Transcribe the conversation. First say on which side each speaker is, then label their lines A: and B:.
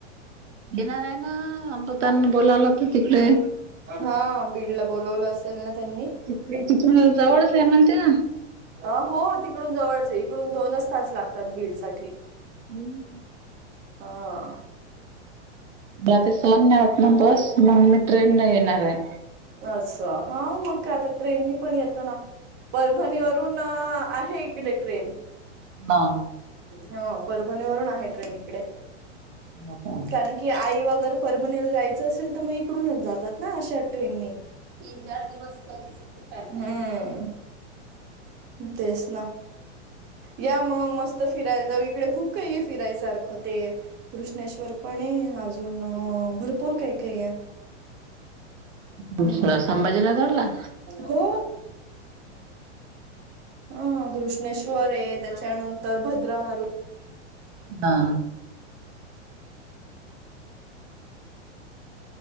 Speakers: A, on the right; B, on the right.
A: घेणार आहे ना अंबतांना बोलालं होत तिकडे.
B: हा बीड ला बोलवलं असेल ना त्यांनी.
A: तिथल्या तिथून जवळ आहे म्हणत्या
B: अ हो तिकडून जवळच आहे इकडून दोनच तास लागतात बीड साठी.
A: हम्.
B: हा.
A: रात्री सहन नाही होत ना बस मग मी ट्रेन येणार आहे.
B: अस हा मग का आता ट्रेननी पण येतं ना. परभणीवरून आहे इकडे ट्रेन.
A: बा.
B: हा परभणी वरून आहे ट्रेन इकडे
A: हो का?
B: कारण- की आई वगैरे परभणीला जायचं असेल तर मग इकडूनच जातात ना अशा ट्रेननि. तीन चार दिवसाची सुट्टी काढ हम् तेच ना. या मग मस्त फिरायला जाऊ इकडे खूप काही फिरायसारखं ते. कृष्णेश्वर पण आहे अजून भरपूर अ काही काही आहे.
A: भूषण
B: हम्म
A: संभाजीनगर ला.
B: हो.. ह कृष्णेश्वर आहे त्याच्यानंतर भद्रा मारू
A: हा..